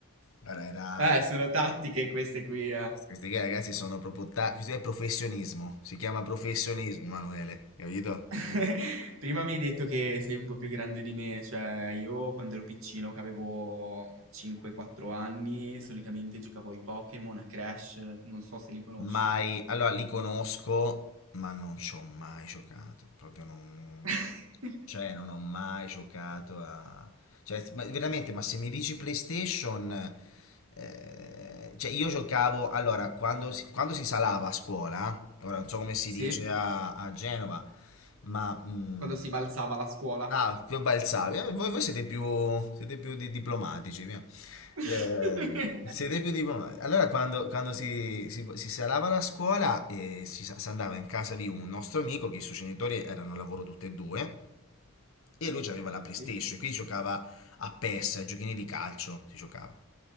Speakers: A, on the left (about 75°); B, on the right (about 75°).
A: Allora era...
B: Eh, sono tattiche queste qui, eh.
A: Questi qui ragazzi sono proprio... ta- Questo è professionismo, si chiama professionismo, Emanuele, capito?
B: <laughs> Prima mi hai detto che sei un po' più grande di me, cioè io quando ero piccino, che avevo 5-4 anni, solitamente giocavo ai Pokémon, a Crash, non so se li conosci.
A: Mai... Allora li conosco, ma non ci ho mai giocato, proprio non...
B: <laughs>
A: Cioè, non ho mai giocato a... Cioè, ma- veramente, ma se mi dici PlayStation... eh, cioè, io giocavo... Allora, quando si, quando si salava a scuola, ora non so come si
B: Sì?
A: dice a, a Genova, ma... mm,
B: Quando si balzava la scuola.
A: ah, più balzavi. Eh, Voi, voi siete più, siete più di- diplomatici, via.
B: <laughs>
A: Eh, siete più diplomatici. Allora, quando, quando si, si, si salava la scuola, eh, si, si andava in casa di un nostro amico, che i suoi genitori erano al lavoro tutti e due, e lui aveva la PlayStation,
B: Sì?
A: e quindi giocava a PES, a giochini di calcio, si giocava.